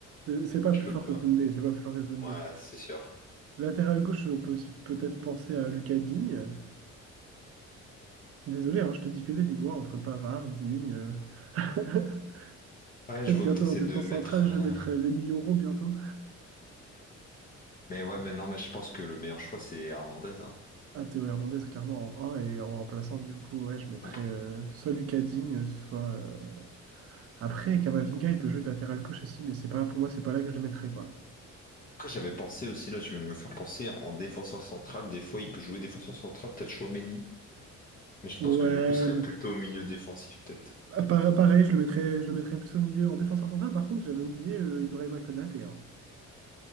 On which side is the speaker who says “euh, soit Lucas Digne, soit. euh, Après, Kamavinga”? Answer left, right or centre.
Right